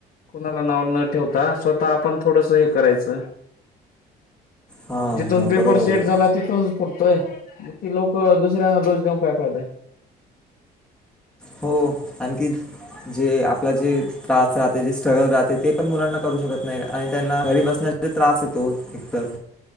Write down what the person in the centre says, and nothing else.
हां
हां
बरोबर
बरोबर
हो. आणखी जे आपला जे त्रास राहते जे स्ट्रगल राहते ते पण मुलांना करू शकत नाही आणि.. घरी बसण्या त्रास येतो एक तर